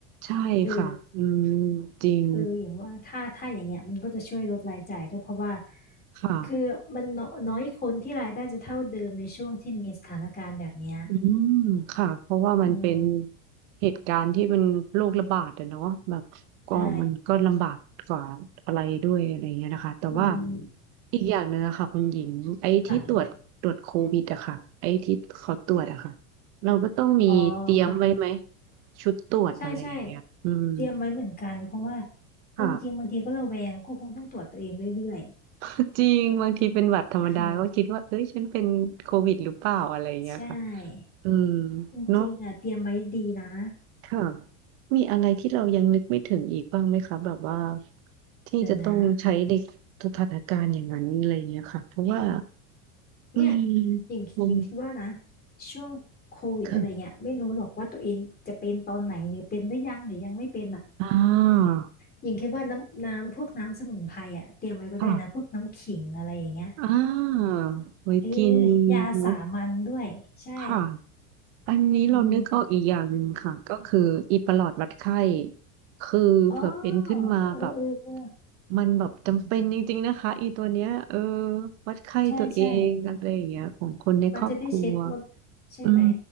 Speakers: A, on the right; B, on the left.
A: ใช่ค่ะอืม
B: เออ
A: จริง
B: เอออย่างว่าถ้าถ้าอย่างเงี้ยมันก็จะช่วยลดรายจ่ายด้วยเพราะว่า
A: ค่ะ
B: คือมันน้อยน้อยคนที่รายได้จะเท่าเดิมในช่วงที่มีสถานการณ์แบบเนี้ย
A: อืมค่ะ เพราะว่ามันเป็น
B: อืม
A: เหตุการณ์ที่มันโรคระบาดอะเนาะแบบก็มันก็ลำบากกว่าอะไรด้วยอะไรเงี้ยนะคะแต่ว่า
B: ได้อืม
A: อีกอย่างหนึ่งอะค่ะคุณหญิงไอ้ที่ตรวจตรวจโควิดอะค่ะไอ้ที่เขาตรวจอะค่ะ
B: ค่ะ
A: เราก็ต้องมีเตรียมไว้ไหม
B: อ๋อค่ะ
A: ชุดตรวจอะไรอย่างเงี้ยอืม
B: ใช่ใช่เตรียมไว้เหมือนกันเพราะว่าเอาจริงๆบางทีก็ระแวงก็คงต้องตรวจตัวเองเรื่อย
A: ค่ะ <laughs> จริงบางทีเป็นหวัดธรรมดาก็คิดว่าเอ้ยฉันเป็นโควิดหรือเปล่าอะไรอย่างเงี้ยค่ะ
B: ๆเออใช่
A: อืม
B: จริงๆอ่ะเตรียมไว้ดีนะ
A: เนอะค่ะมีอะไรที่เรายังนึกไม่ถึงอีกบ้างไหมคะแบบว่าที่จะต้องใช้ใน
B: เดี๋ยวนะ
A: สถานการณ์อย่างนั้นอะไรเงี้ยค่ะเพราะว่า
B: เนี่ย
A: อืม
B: หญิงหญิงคิดว่านะ
A: มัน
B: ช่วงโควิดอะไรเงี้ยไม่รู้หรอกว่าตัวเองจะเป็นตอนไหนหรือเป็นหรือยังหรือยังไม่เป็นอ่ะ
A: ค่ะอ่า
B: หญิงคิดว่าน้ำน้ำพวกน้ำสมุนไพรอ่ะเตรียมไว้ก็ได้นะพวกน้ำขิงอะไรอย่างเงี้ย
A: ค่ะอ่าไว้กิน
B: เออยาสามัญด้วยใช่
A: เนาะค่ะ อันนี้เรานึกออกอีกอย่างหนึ่งค่ะก็คืออีประหลอดวัดไข้
B: อืม
A: คือเผื่อเป็นขึ้นมาแบบ
B: อ๋อเออเออเออ
A: มันแบบจำเป็นจริงๆนะคะอีตัวเนี้ยเออวัดไข้ตัวเองอะไรอย่างเงี้ยของคนในครอบครัว
B: ใช่ใช่มันจะได้เช็คว่าใช่ไหม
A: อืม